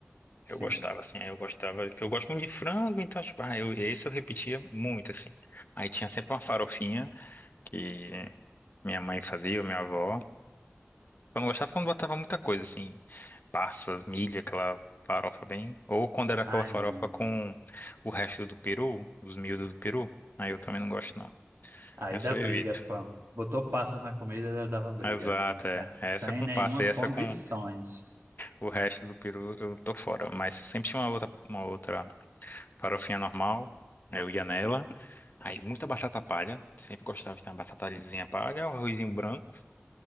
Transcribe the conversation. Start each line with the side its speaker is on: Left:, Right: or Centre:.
Right: Sim.
Left: Eu gostava, assim, aí eu gostava, porque eu gosto muito de frango, então, tipo, ah, eu, esse eu repetia muito, assim. Aí tinha sempre uma farofinha. que minha mãe fazia, ou minha avó. Eu não gostava quando botava muita coisa, assim, passas, milho, aquela farofa bem. Ou quando era aquela
Right: Ai,
Left: farofa
Right: não.
Left: com o resto do peru, os miúdos do peru. Aí eu também não gosto, não.
Right: Aí
Left: Essa
Right: dá briga,
Left: eu evito.
Right: pô. Botou passas na comida, dava briga.
Left: Exato,
Right: Não
Left: é.
Right: tá- Sem
Left: É Essa com
Right: nenhuma
Left: passa e
Right: condições.
Left: essa com o resto do peru eu tô fora. Mas sempre tinha uma outra, uma outra farofinha normal. aí Eu ia nela. Aí muita batata palha. Sempre gostava de ter uma batatazinha palha, um arrozinho branco,